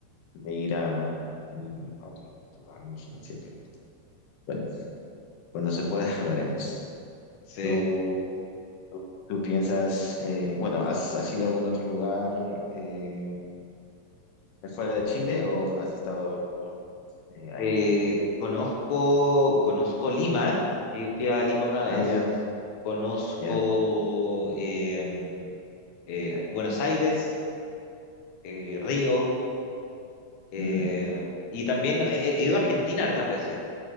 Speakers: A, on the left (about 90°); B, on the left (about 65°).
A: de ir a... mm, a otro- a otro- a un sitio. Bueno, cuando se pueda, <laughs> lo haremos.
B: Sí.
A: ¿Tú ¿Tú tú piensas, eh, bueno, has, has ido a algún otro lugar eh, fuera de Chile o has estado eh, ahí?
B: Eh, conozco, conozco Lima. Yo fui a Lima una vez.
A: Ah, ya,
B: Conozco
A: ya.
B: em, eh, Buenos Aires. eh, Río, eh,
A: mm,
B: y también he, he ido a Argentina hartas veces.